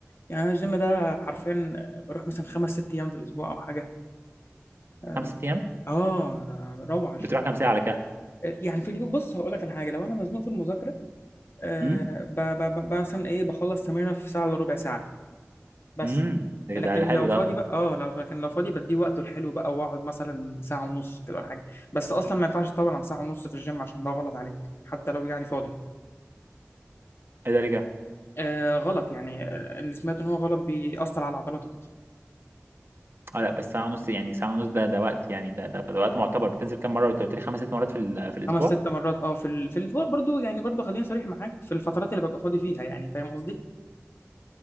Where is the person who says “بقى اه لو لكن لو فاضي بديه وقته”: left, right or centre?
Left